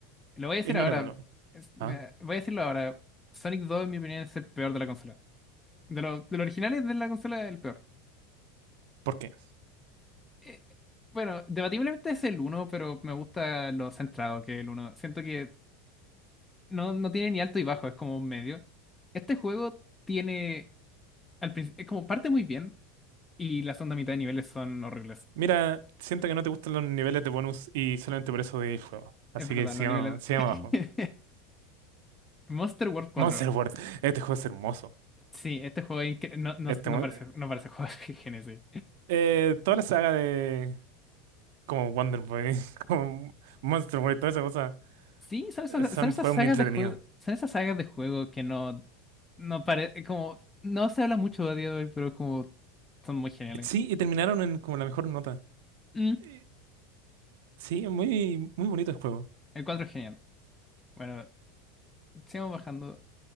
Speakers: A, on the left; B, on the right.
A: Lo voy a decir
B: ignorémoslo.
A: ahora. es- mira,
B: ¿Ah?
A: voy a decirlo ahora. Sonic 2, en mi opinión, es el peor de la consola. De, los de los originales de la consola, el peor.
B: ¿Por qué?
A: eh, bueno, debatiblemente es el uno pero me gusta lo centrado que es el uno Siento que no, no tiene ni alto y bajo, es como un medio. Este juego tiene, al principio, como parte muy bien y la segunda mitad de niveles son horribles.
B: Mira, siento que no te gustan los niveles de bonus y solamente por eso de el juego. Así
A: Es verdad,
B: que sigamos,
A: los niveles...
B: sigamos abajo.
A: Mm. <laughs> Monster World cuatro
B: Monster World, este juego es hermoso.
A: Sí, este juego es incre- no, no,
B: Este,
A: no
B: mon-
A: parece, no parece <laughs> juego de Genesis.
B: eh, toda la saga de como Wonder Boy, <laughs> como Monster World, toda esa cosa,
A: Sí, son esas,
B: eh, son
A: son esas
B: juegos
A: sagas
B: muy entretenidos.
A: de juego, son esas sagas de juego que no, no parece, como, no se habla mucho a día de hoy, pero como son muy geniales.
B: Sí, y terminaron en como la mejor nota.
A: Mm.
B: Eh, Sí, es muy, muy bonito el juego.
A: El 4 es genial. Bueno, sigamos bajando.